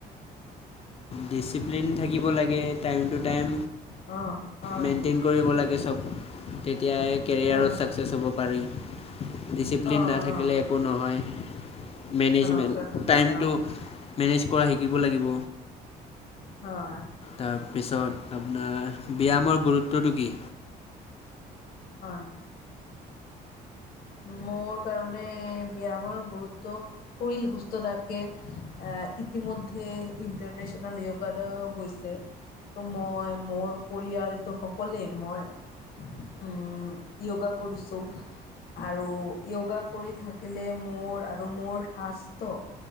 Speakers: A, on the left; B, on the left.
A: ডিচিপ্লিন থাকিব লাগে টাইম টু টাইম
B: অঁ হয়
A: মেইনটেইন। কৰিব লাগে চব তেতিয়াহে কেৰিয়াৰত
B: হয়
A: ছাকচেছ হ'ব পাৰি। ডিচিপ্লিন
B: অঁ
A: নাথাকিলে
B: অঁ
A: একো নহয় মেনেজমেণ্ট
B: অঁ সঠিক কথা
A: টাইমটো।
B: হয়
A: মেনেজ কৰা শিকিব লাগিব।
B: হয়।
A: তাৰপিছত আপোনাৰ ব্যায়ামৰ গুৰুত্বটো কি?
B: হয়। মোৰ কাৰণে ব্যামৰ গুৰুত্ব, সোইল সুস্থ থাকে আহ ইতিমধ্যে ইণ্টাৰনেচনেল য়োগা দে হৈছে ত' মই মোৰ পৰিয়ালটো সকলেই মই, উম য়গা কৰিছোঁ। আৰু য়গা কৰি থাকিলে মোৰ আৰু মোৰ শাস্ৰ।